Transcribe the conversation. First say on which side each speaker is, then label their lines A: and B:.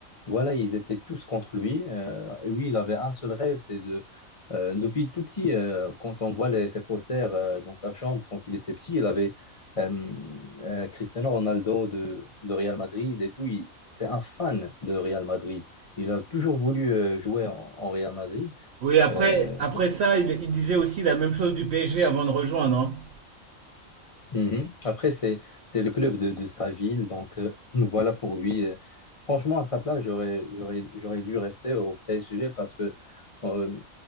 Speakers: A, on the left; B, on the right.
A: Voilà, ils étaient tous contre lui. Euh, et oui, il avait un seul rêve, c'est de... euh, depuis tout petit, euh, quand on voit les, ses posters euh, dans sa chambre, quand il était petit, il avait euh, euh, Cristiano Ronaldo de, de Real Madrid et tout. Il était un fan de Real Madrid. Il a toujours voulu euh, jouer en en Real Madrid.
B: Oui, après,
A: Euh,
B: après ça, il, il disait aussi la même chose du PSG avant de rejoindre. hein.
A: Mhm. Après, c'est c'est le club de, de sa ville, donc euh, <laughs> <clears throat> voilà pour lui. euh, franchement, à sa place, j'aurais j'aurais j'aurais dû rester au PSG parce que euh,